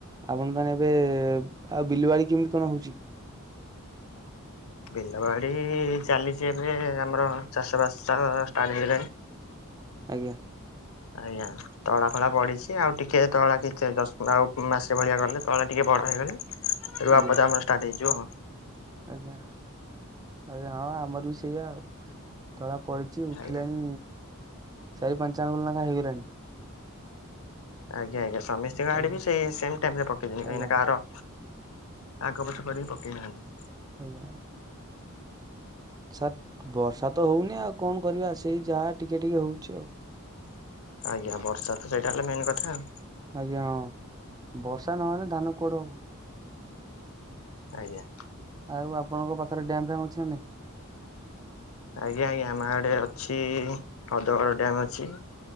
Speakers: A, on the right; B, on the left.
A: ଆପଣ ତାହେଲେ ଏବେ ଆଉ ବିଲ ବାଡି କେମିତି କଣ ହଉଛି?
B: ବିଲବାଡି ଚାଲିଛି ଏବେ ଆମର ଚାଷ ବାସ ଷ୍ଟାର୍ଟ ହେଇଗଲାଣି।
A: ଆଜ୍ଞା।
B: ଆଜ୍ଞା। ତଳା ଫଳା ପଡିଛି ଆଉ ଟିକେ ତଳା କିଛି ଦଶ ଆଉ ମାସେ ଭଳିଆ ଗଲେ ତଳା ଟିକେ ବଡ ହେଇଗଲେ ରୁଆ
A: ଆଜ୍ଞା
B: ପୁତା ଆମର ଷ୍ଟାର୍ଟ ହେଇଯିବ।
A: ଆଜ୍ଞା ଆଜ୍ଞା ହଁ ଆମର ବି ସେଇଆ ଆଉ ତଳା ପଡି ଛି ଉଠିଲାଣି
B: ଆଉ।
A: ଚାରି ପାଞ୍ଚ ଆଙ୍ଗୁଳି ଲେକା ହେଇଗଲାଣି।
B: ଆଜ୍ଞା ଆଜ୍ଞା ସମିସ୍ତିଙ୍କ ଆଡେ
A: ଆଜ୍ଞା
B: ବି ସେଇ ସେମ୍ ଟାଇମରେ ପକେଇଛନ୍ତି କାହିଁକି
A: ଆଜ୍ଞା
B: ନା କାହାର ଆଗ ପଛ କରିକି ପକେଇ ନାହାନ୍ତି।
A: ଆଜ୍ଞା। ସାର୍ ବର୍ଷା ତ ହଉନି ଆଉ କଣ କରିବା ସେଇ ଯାହା ଟିକେ ଟିକେ ହଉଛି ଆଉ।
B: ଆଜ୍ଞା ବର୍ଷା ତ ସେଇଟା ହେଲା ମେନ୍ କଥା ଆଉ।
A: ଆଜ୍ଞା ହଁ ବର୍ଷା ନହେଲେ ଧାନ କୁଆଡୁ ହବ।
B: ଆଜ୍ଞା।
A: ଆଉ ଆପଣଙ୍କ ପାଖରେ ଡ୍ୟାମ୍ ଫ୍ୟାମ୍ ଅଛି ନା ନାଇଁ?
B: ଆଜ୍ଞା ଆଜ୍ଞା ଆମ ଆଡେ ଅଛି ହଦଗଡ ଡ୍ୟାମ୍ ଅଛି।